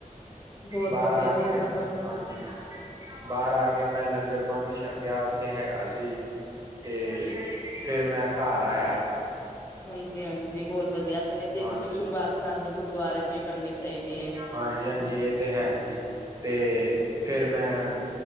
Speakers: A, on the left; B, on the right.
A: ਬਹੁਤ
B: ਬਾਰ
A: ਵਧੀਆ
B: ਆ
A: ਜੀ
B: ਕੇ,
A: ਆਪਾਂ
B: ਹਾਂਜੀ- ਬਾਰ ਆ ਕੇ ਮੈਂ ਲੰਗਰ ਪਾਣੀ ਛਕਿਆ ਉੱਥੇ ਹੈਗਾ ਸੀ। ਤੇ ਫੇਰ ਮੈਂ ਘਰ ਆਇਆ।
A: ਹਾਂਜੀ -ਹਾਂਜੀ ਬੋਤ ਵਧੀਆ ਆਪਣੇ ਦਿਨ
B: ਹਾਂਜੀ
A: ਦੀ ਸ਼ੁਰੂਆਤ ਸਾਨੂੰ ਗੁਰਦੁਆਰੇ ਤੋ ਈ ਕਰਨੀ ਚਾਹੀਦੀ ਏ।
B: ਹਾਂਜੀ -ਹਾਂਜੀ ਏ ਤੇ ਹੈ ਜੀ, ਤੇ ਫਿਰ ਮੈਂ